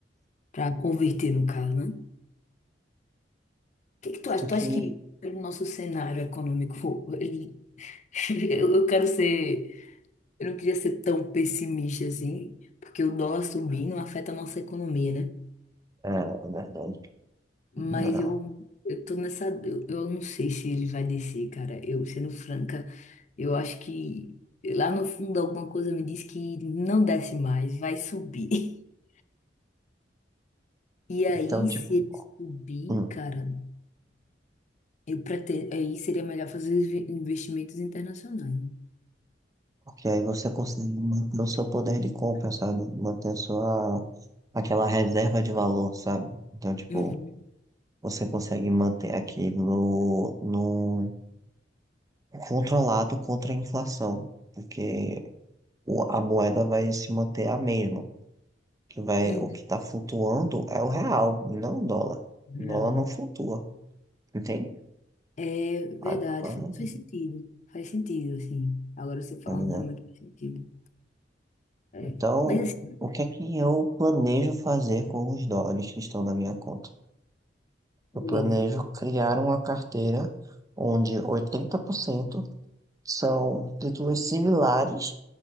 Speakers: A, on the left (about 40°); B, on the right (about 20°).
A: Para converter, no caso, né? O que que tu
B: Tanto
A: acha? Tu
B: que,
A: acha que pelo nosso cenário econômico, ele... <laughs> eu eu quero ser. Eu não queria ser tão pessimista assim, porque o dólar subir não afeta a nossa economia, né?
B: é, é verdade,
A: Mas
B: milionário.
A: eu, eu tô nessa. Eu, eu não sei se ele vai descer, cara. Eu, sendo franca, eu acho que lá no fundo alguma coisa me diz que não desce mais, vai subir. <laughs> E aí,
B: Então, tipo,
A: se ele subir,
B: hum,
A: cara, eu pretendo. Aí seria melhor fazer os vi- investimentos internacionais. né?
B: porque aí você consegue manter o seu poder de compra, sabe? Manter sua, aquela reserva de valor, sabe? Então, tipo,
A: Uhum,
B: você consegue manter aquilo no controlado contra a inflação, porque o- a moeda vai se manter a mesma. que vai,
A: uhum.
B: o que está flutuando é o real, e não o dólar.
A: Real.
B: O dólar não flutua, entende?
A: É
B: Aí,
A: verdade,
B: por causa-
A: faz, faz sentido. Faz sentido, assim. Agora você falando
B: tá ligado?
A: realmente faz sentido. É.
B: Então,
A: Mas assim,
B: o que é que eu planejo fazer com os dólares que estão na minha conta?
A: beleza.
B: Eu planejo criar uma carteira onde 80% são títulos similares